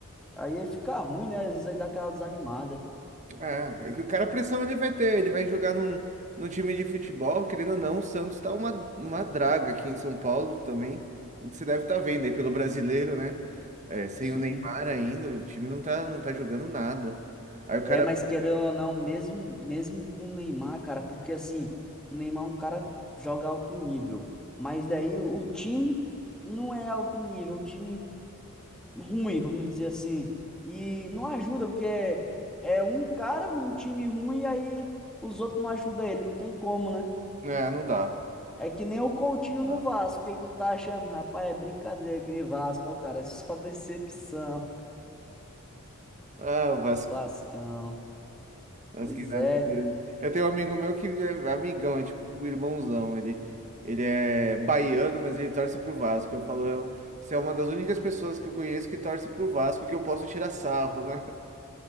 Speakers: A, in the centre; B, on the right.
A: Aí fica ruim, né? Às vezes aí dá aquela desanimada.
B: é, é que o cara a pressão ele vai ter, ele vai jogar num, num time de futebol, querendo ou não, o Santos tá uma, uma draga aqui em São Paulo também. Você deve estar vendo aí pelo brasileiro, né? É, sem
A: Sim.
B: o Neymar ainda, o time não tá, não tá jogando nada. Aí o cara,
A: É, mas querendo ou não, mesmo, mesmo com o Neymar, cara, porque assim, o Neymar é um cara que joga alto nível, mas daí o, o time não é alto nível, é um time ruim, vamos dizer assim, e não ajuda, porque é, é um cara num time ruim e aí os outros não ajudam ele, não tem como, né?
B: é, não dá,
A: É que nem o Coutinho
B: não
A: no
B: dá.
A: Vasco, o que que tu tá achando? Rapaz, é brincadeira aquele Vasco, ó, cara, é só <laughs> decepção,
B: Ah, o Vasco.
A: o Vascão,
B: As
A: pois
B: que nada
A: é.
B: que- Eu tenho um amigo meu que é amigão, é tipo o irmãozão. Ele, ele é baiano, mas ele torce pro Vasco. Eu falo, eu, você é uma das únicas pessoas que eu conheço que torce pro Vasco que eu posso tirar sarro, né?